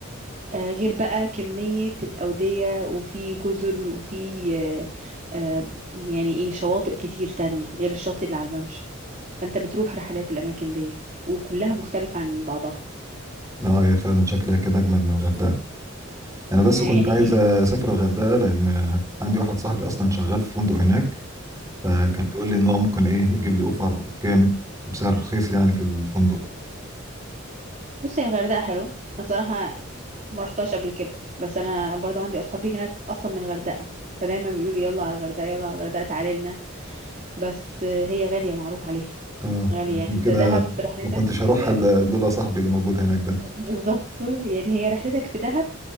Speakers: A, on the right; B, on the right.
A: آه، غير بقى كمية الأودية وفي جزر وفي آه، آه، يعني إيه شواطئ كتير تانية غير الشاطئ اللي على الممشى فأنت بتروح رحلات الأماكن دي وكلها مختلفة عن بعضها
B: اه يا فعلا شكلها كده اجمد من الغردقه انا بس
A: آه، يعني
B: كنت عايز
A: هي
B: اسافر الغردقه لان عندي واحد صاحبي اصلا شغال في فندق هناك فكان
A: م-
B: بيقول لي ان هو ممكن ايه يجيب لي اوفر جامد وبسعر رخيص يعني في الفندق
A: بصي الغردقة حلوة الصراحة ما رحتهاش قبل كده بس انا برضو عندي اصحابي هناك اصلا من الغردقه فدايما بيقولوا لي يلا على الغردقه يلا على الغردقه تعالي لنا بس هي غاليه معروف عليها
B: اه
A: غاليه
B: عشان
A: يعني انت
B: كده
A: دهب رحلتك
B: ما كنتش هروح
A: <laughs>
B: إلا لولا صاحبي اللي موجود هناك ده
A: بالظبط يعني هي رحلتك في دهب